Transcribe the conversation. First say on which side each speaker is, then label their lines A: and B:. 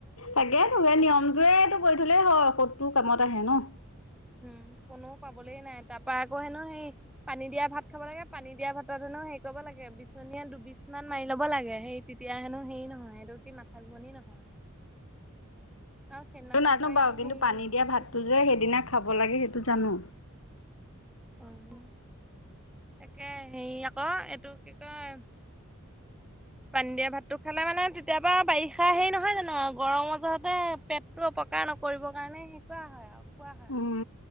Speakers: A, on the left; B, in the centre.
A: তাকেতো এই নিয়মটোৱেটো
B: কব
A: কৰি থ'লেই হয়, ঔষধটো কামত আহে ন?
B: উম, পনৌ পাবলে নাই তাৰপা আকৌ হেনো সেই পানী দিয়া ভাত খাব লাগে, পানী দিয়া ভাতত হেনো ন' হেৰি কৰিব লাগে বিচনীৰে দুবিচ মান মাৰি ল'ব লাগে, সেই তেতিয়া হেনো হেৰি নহয়, সেইটো কি মাথা ঘূৰনী নহয় আৰু সেইদিনাখনৰ
A: নাজানোঁ
B: পৰা
A: বাৰু
B: এনেও
A: কিন্তু
B: সেই
A: পানী
B: বিচনী
A: দিয়া ভাতটো যে, সেইদিনা খাব লাগে সেইটো জানোঁ।
B: উম, তাকে, হেৰি আকৌ এইটো কি কয় পানী দিয়া ভাতটো খালে মানে তেতিয়াপৰা বাৰিষা হেৰি নহয় জানোঁ, আৰু গৰমৰ জহতে পেটটো অপকাৰ নকৰিব কাৰণে হেৰি কৰা হয়, আৰু খোৱা হয়
A: উম,